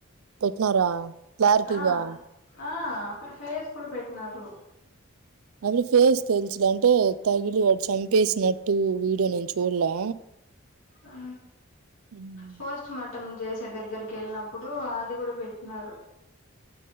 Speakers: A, on the right; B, on the left.
A: పెట్టినారా క్లారిటీగా
B: ఆ ఆ అప్పుడు పేస్ కూడా పెట్టినారు
A: అది ఫేస్ తెలిసు అంటే తగిలి వాడు చంపేసినట్టు వీడియో నేను చూడలా
B: ఆ
A: ఉమ్.
B: పోస్టు మా పట్టం చేసే దగ్గరికి వెళ్ళినప్పుడు అది కూడా పెట్టినారు